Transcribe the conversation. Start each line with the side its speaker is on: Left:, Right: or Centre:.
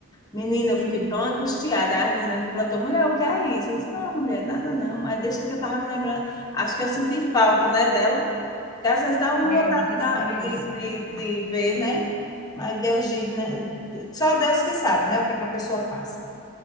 Left: Menina, eu
Right: Sim.
Left: fiquei tão angustiada. Aí a menina no plantão, mulher, o que é isso? Eu disse, não, mulher, nada não. Mas deixa que eu tava me lembrando. Acho que eu senti falta, né, dela. Que às vezes dá uma
Right: É,
Left: vontade
Right: deve
Left: da-
Right: ser
Left: de,
Right: isso.
Left: de, de ver, né? Mas Deus diz, né? Só Deus que sabe, né? O que é que a pessoa passa.